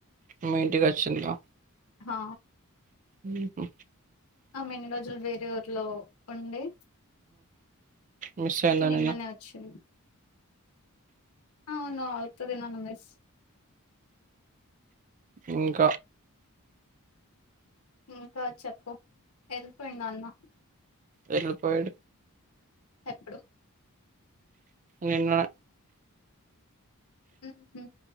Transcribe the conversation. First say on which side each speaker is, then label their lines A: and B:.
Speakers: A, on the right; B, on the left.
A: మీ ఇంటికి వచ్చిందగా
B: హ
A: మ్ హూ
B: ఆమె ఇన్ని రోజులు వేరే ఊర్లో ఉండె.
A: మిస్ అయ్యిందనేగా
B: నిన్ననే వచ్చింది ఆవును అవుతాది నన్ను మిస్
A: ఇంకా
B: ఇంకా చెప్పు వెళ్ళిపోయిండు అన్న.
A: వెళ్ళిపోయాడు.
B: ఎప్పుడు
A: నిన్ననే
B: ఉ ఉ